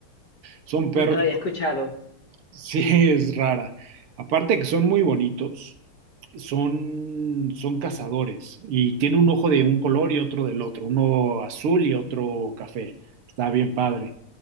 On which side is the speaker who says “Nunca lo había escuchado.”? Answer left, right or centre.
Left